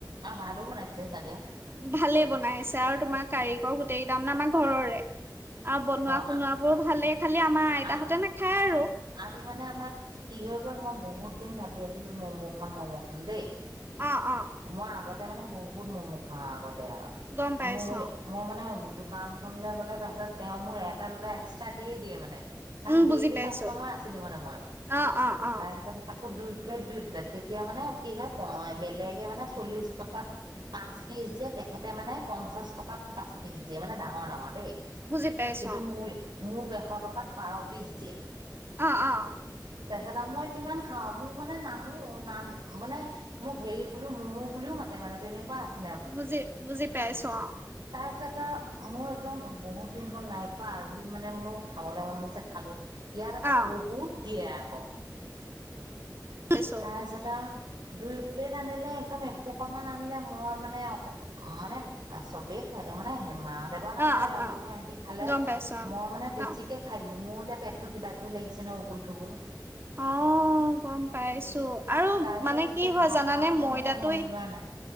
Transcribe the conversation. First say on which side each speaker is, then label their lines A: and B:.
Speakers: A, on the right; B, on the right.
A: আৰু ভালো বনাইছে চাগে।
B: ভালেই বনাইছে আৰু তোমাৰ কাৰিকৰ গোটেই গেইটা মানে আমাৰ ঘৰৰে আৰু বনোৱা
A: অ',
B: খোনোৱা- বোৰ ভালেই, খালি আমাৰ আইতাহঁতে
A: আ
B: নাখায় আৰু।
A: আজি মানে আমা কি হৈ গ'ল মই বহুত দিন ভাবি আছিলো ম'ম' খাম ম'ম' খাম দেই।
B: অঁ অঁ।
A: মই আগতে মানে বহুত মমো খাওঁ আগতে আও,
B: গম পাইছো
A: মোৰ এই-
B: অ
A: মই মানে দোকানখনলে গ'লে তাৰপিছত তেওঁ মোক এটা দুটা এক্সট্ৰা দিয়ে দিয়ে মানে। কাৰণ
B: উম
A: ডেইলি
B: বুজি পাইছো
A: কাষ্টমাৰ আছিলো মানে মই,
B: অ অ অ
A: তাৰপিছত- তাকো দুই প্লেট দুই প্লেট তেতিয়া মানে কি হয় বেলেগে মানে চল্লিশ টকাত- পাঁচ পিচ দিয়ে তেখেতে মানে পঞ্চাশ টকাত পাঁচ পিচ দিয়ে মানে ডাঙৰ ডাঙৰ দেই।
B: বুজি পাইছো
A: কিন্তু মোৰ মোক এশ টকাত বাৰ পিচ দিয়ে।
B: অঁ অঁ।
A: তাপিছত আও মই কিমান খাওঁ মোৰ মানে নামো নাম মানে- মোক হেৰি বোলো মমু বুলিও মাতে মানে তেনেকুৱা আছিল।
B: বুজি বুজি পাইছোঁ অঁ।
A: তাৰ পিছত আও মোৰ একদম বহুত দিন হ'ল নাই খোৱা আজি মানে বোলো খাবলে মন গৈছে খালো। ইয়াত আকৌ
B: অ
A: বহুত দিয়ে আক
B: পাইছো
A: তাৰপিছত আও- দুই প্লেট আনিলে একদম এসোপামান আনিলে মই মানে আক মানে চবেই খায় মানে মাঁহতে নেখায়
B: অ অ
A: বাৰু
B: অ
A: ন সিহঁতি খালে
B: গম পাইছো
A: মই মানে বেছিকে
B: অ
A: খায় দিলো, মোৰ এতিয়া পেট টো কিবা কিবি লাগিছে ন উঘুল তুঘুল।
B: অঁ গম পাইছো। আৰু
A: তাৰপিছত
B: মানে
A: এতিয়া
B: কি হয়
A: ভাত
B: জানানে
A: খাবলৈ
B: ময়দাটোৱে
A: মানে মন যোৱা নাই।